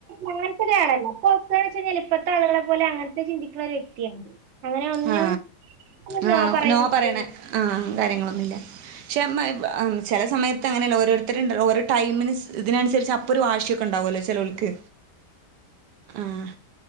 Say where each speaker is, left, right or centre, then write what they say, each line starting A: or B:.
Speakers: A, on the right; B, on the right.
A: അങ്ങനത്തെ ഒരാളല്ല. <unintelligible> ഇപ്പത്തെ ആളുകളെ പോലെ അങ്ങനത്തെ ചിന്തിക്കുന്ന ഒരു വ്യക്തിയാണ്. അങ്ങനെ ഒന്നിനും
B: ആ
A: ഒന്നും
B: ആ
A: പറയുന്ന
B: നോ പറയ്ണ
A: അങ്ങനെ
B: ആ കാര്യങ്ങളൊന്നുല്ല. പക്ഷേമ്മ ചില സമയത്ത് അങ്ങനെയല്ല ഓരോരുത്തരു ണ്ടല്ലോ ഓരോ ടൈമിന് ഇതിനനുസരിച്ച് അപ്പൊ ഒരു വാശിയൊക്കെ ഉണ്ടാവു വല്ലോ ചെലോൽക്ക് ആഹ്